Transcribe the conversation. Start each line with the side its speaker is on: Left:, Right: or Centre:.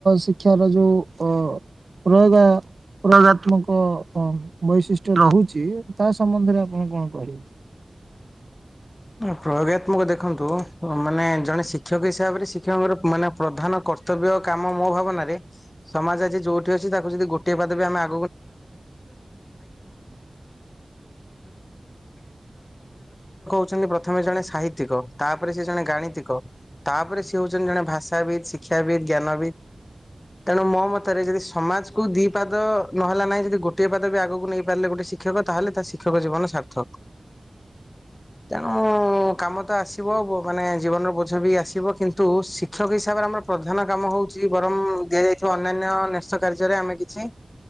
Right: ଶିକ୍ଷାର ଯେଉଁ ପ୍ରୟୋଗା ପ୍ରୟୋଗାତ୍ମକ ବୈଶିଷ୍ଟ୍ୟ ରହୁଛି ତା ସମ୍ବନ୍ଧରେ ଆପଣ କଣ କହିବେ
Left: ପ୍ରୟୋଗାତ୍ମକ ଦେଖନ୍ତୁ। ତୁ ମାନେ ଜଣେ ଶି ଶିକ୍ଷକ ହିସାବରେ ଶିକ୍ଷକଙ୍କର ମାନେ ପ୍ରଧାନ କର୍ତ୍ତବ୍ୟ କାମ ମୋ ଭାବନାରେ ସମାଜ ଆଜି ଯୋଉଠି ଅଛି ତାକୁ ଯଦି ଗୋଟିଏ ପାଦବ ଆମେ ଆ ପ୍ରଥମେ ଜଣେ ସାହିତ୍ୟିକ ତାପରେ ସେ ଜଣେ ଗାଣିତିକ ତାପରେ ସେ ହଉଛନ୍ତି ଜଣେ ଭାଷାବିତ୍, ଶିକ୍ଷାବିତ୍, ଜ୍ଞାନବିତ୍ ତେଣୁ ମୋ ମତରେ ଯଦି ସମାଜକୁ ଦି ପାଦ ନହେଲା ନାହିଁ ଯଦି ଗୋଟିଏ ପାଦ ବି ଆଗକୁ ନେଇପାରିଲେ ଗୋଟେ ଶିକ୍ଷକ ତାହେଲେ ତା ଶିକ୍ଷକ ଜୀବନ ସାର୍ଥକ। ତେଣୁ କାମ ତ ଆସିବ ମାନେ ଜୀବନର ବୋଝ ବି ଆସିବ କିନ୍ତୁ ଶିକ୍ଷକ ହିସାବରେ ଆମର ପ୍ରଧାନ କାମ ହଉଛି ବରଂ ଦିଆଯାଇଥିବା ଅନ୍ୟାନ୍ୟ ନ୍ୟସ୍ତ କାର୍ଯ୍ୟରେ ଆମେ କିଛି